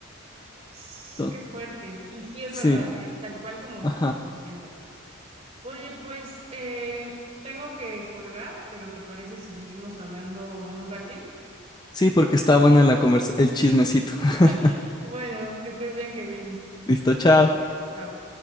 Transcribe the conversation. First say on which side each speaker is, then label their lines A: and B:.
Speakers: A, on the right; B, on the left.
A: Sss,
B: Entonces,
A: Qué fuerte. Y sí es
B: sí,
A: verdad, ¿eh? Tal cual como me
B: ajá.
A: lo estás diciendo. Oye, pues eh, tengo que colgar, pero ¿te parece si seguimos hablando en un ratín?
B: Sí, porque está buena la conversa, el chismecito. <laughs>
A: <laughs> Bueno, que estés bien, Kevin.
B: Listo, chao.
A: Chao.